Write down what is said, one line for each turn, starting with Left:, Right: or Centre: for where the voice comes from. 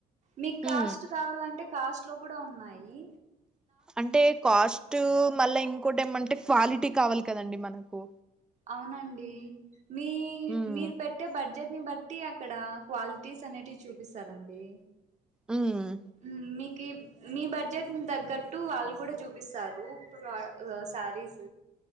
Right: మీకు
Centre: హ్మ్
Right: కాస్ట్ కావాలంటే కాస్ట్ లో కూడ ఉన్నాయి
Centre: అంటే కాస్ట్ మళ్ళా ఇంకోటి ఏమ అంటే క్వాలిటీ కావాలి కదండి మనకు
Right: అవునండి మీ
Centre: హ్మ్
Right: మీరు పెట్టే బడ్జెట్ దని బట్టి అక్కడ క్వాలిటీస్ అనేటివి చూపిస్తారండి
Centre: హ్మ్
Right: హ్మ్ మీ కి మీ బడ్జెట్ ని తగ్గట్టు వాళ్ళు కూడా చూపిస్తారు ప్ర శారీస్